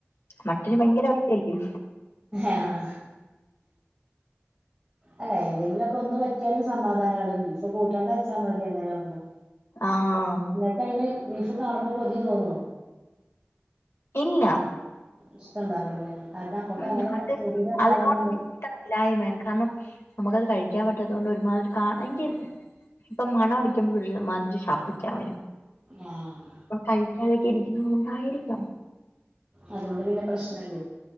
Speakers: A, on the left (about 85°); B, on the right (about 20°).
A: മട്ടില് ഭയങ്കര <unintelligible> യല്യോ
B: ആഹ് അല്ല ഏതെങ്കിലുംക്കെ ഒന്ന് പറ്റിയാലുംസമാധാനമാണ് ബീഫ് കൂട്ടണ്ടച്ചാ മതി അങ്ങനെ ആകുമ്പോ
A: ആഹ്
B: ന്നക്കയ്ന് ബീഫ് കാണുമ്പോ കൊതി തോന്നോ
A: ഇല്ല
B: ഇഷ്ടണ്ടാവുലലേ കാരണം നമ്മക്കങ്ങനെ
A: ഉം അത്
B: ചെടീലണ്ടാവ്ണോണ്ടമ്മക്ക്
A: അതിനോടൊരു ഇഷ്ടമില്ലായ്മയാണ് കാരണം നമുക്കത് കഴിക്കാൻ പറ്റാത്ത കൊണ്ട് ഒരുമാതിരി കാ എൻക് ഇപ്പം മണം അടിക്കുമ്പോ ഒരുമാതിരി ശബ്ദിക്കാൻ വരും
B: ആഹ്
A: കഴിക്കാതെ ഇരിക്കുന്നത് കൊണ്ടായിരിക്കാം
B: അതുകൊണ്ട് പിന്നെ പ്രശ്നല്ലേ